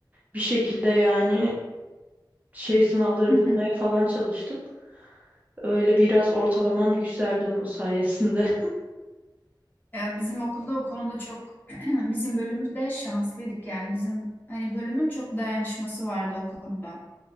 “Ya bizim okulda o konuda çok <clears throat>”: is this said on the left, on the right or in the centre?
Left